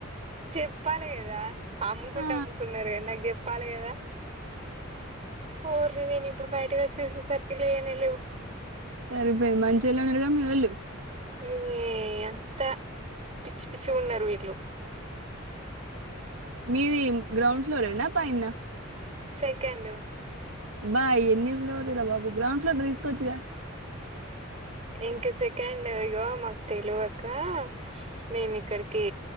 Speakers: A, on the right; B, on the right.
A: చెప్పాలె కదా అమ్ముకుంటే
B: ఆ
A: అమ్ముకున్నారు కని నాకు చెప్పాలి కదా ఓర్రీ నేను ఇప్పుడు బయటకు చూసెసరికి లేవే
B: సరిపోయింది మంచోళ్ళన్నారుగా మీ వోళ్ళు
A: ఉ ఇ అంత పిచ్చి పిచ్చిగా ఉన్నారు వీళ్ళు
B: మీది గ్రౌండ్ ఫ్లోరెనా పైన్న
A: సెకండ్
B: బా ఎన్ని ఫ్లోర్లు రా బాబు గ్రౌండ్ ఫ్లోర్లు తీసుకోవచ్చుగా
A: ఇంకా సెకండ్ ఇగో మాకు తెలువక మేమి ఇక్కడికి